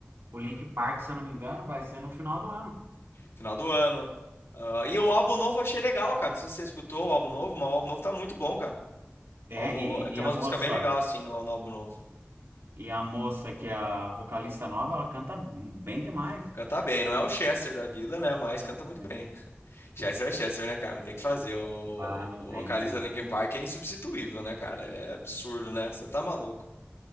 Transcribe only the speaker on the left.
Final do ano. Ah, e o álbum novo eu achei legal, cara. Não sei se você escutou o álbum novo, mas o álbum novo tá muito bom, cara.
O álbum-
tem
umas
músicas bem legais, assim, no, no álbum novo.
Canta bem. Não é o Chester da vida, né? Mas canta muito
bem. Chester é Chester, né, cara? Não tem o que fazer. O,
o
vocalista do Linkin Park é insubstituível, né, cara? Ele é absurdo, né? Você tá maluco.